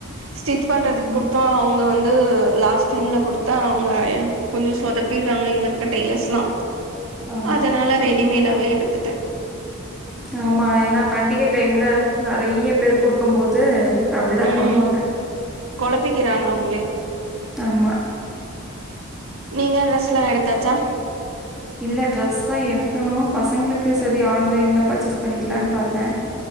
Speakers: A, on the right (about 75°); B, in the centre.
A: ஸ்டிச் பண்றதுக்கு
B: ரெடிமே
A: கொடுத்தோ அவங்க வந் ந்து லாஸ்ட் டைம்ல கொடுத்தா அவங்க கொஞ்சோ சொதப்பிட்றாங்க இங்க இருக்கற டெய்லர்ஸ்லா
B: ஆமா.
A: அதனால ரெடிமேட் டாவே எடுத்துட்டே
B: ஆமா ஏன்னா பண்டிகை டைம்ல நெறைய பேர் கொடுக்கும் போது அப்படிதா
A: ம்
B: பண்ணுவாங்க
A: கொழப்பிக்கிறாங்க அவங்களே
B: ஆமா
A: நீங்க ட்ரெஸ்லா எடுத்தாச்சா
B: இல்ல ட்ரெஸ் தான் எடுக்கணு. பசங்களுக்கு சரி ஆன்லைன்ல பர்சேஸ் பண்ணிக்கலானு பாத்தன்